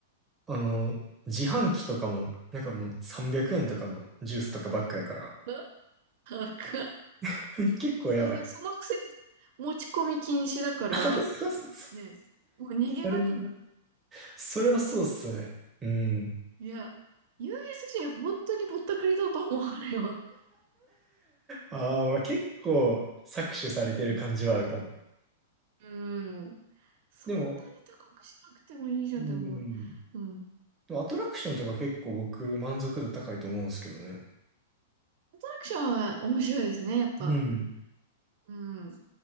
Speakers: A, on the right; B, on the right.
A: あの、自販機とかも、なんかもう300円とかのジュースとかばっかやから。
B: な高っ
A: <laughs> 結構やばい。
B: そんな、そのくせ持ち込み禁止だから、
A: <laughs> そうそうそう。
B: ね、もう逃げ場が
A: それは、それはそうっすね。うん。
B: いや、USJ 本当にぼったくりだと思われよ
A: ああ、まあ結構搾取されてる感じはあるかも。
B: うん。うんそんなに高くしなくてもいいじゃん、
A: でも、うん。
B: でも。うん。
A: でもアトラクションとか結構僕満足度高いと思うんですけどね。
B: アトラクションは面白いですね、やっぱ。
A: うん。
B: うん。